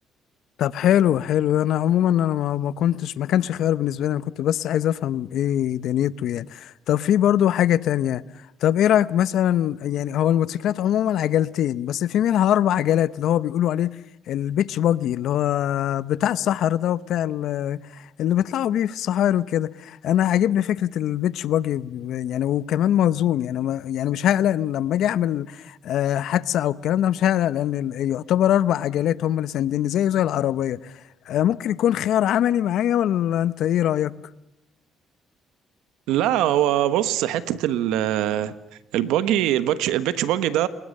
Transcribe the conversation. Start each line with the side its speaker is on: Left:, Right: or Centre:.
Left: طب حلو حلو انا عموما انا ما ما كنتش ما كانش خيار بالنسبه لي انا كنت بس عايز افهم ايه دنيته يعني طب في برضو حاجه تانية طب ايه رايك مثلا يعني هو الموتوسيكلات عموما عجلتين بس في منها اربع عجلات اللي هو بيقولوا عليه البيتش باجي اللي هو بتاع الصحر ده وبتاع ال- اللي بيطلعوا بيه في الصحاري وكده انا عاجبني فكره البيتش باجي يعني وكمان موزون يعني ما يعني مش هقلق لما اجي اعمل آه، حادثه او الكلام ده مش هقلق لان ال- يعتبر اربع عجلات هم اللي سانديني زيه زي العربيه آه، ممكن يكون خيار عملي معايا ولا انت ايه رايك
Right: لا هو بص حتة ال الباجي الباتش الباتش باجي ده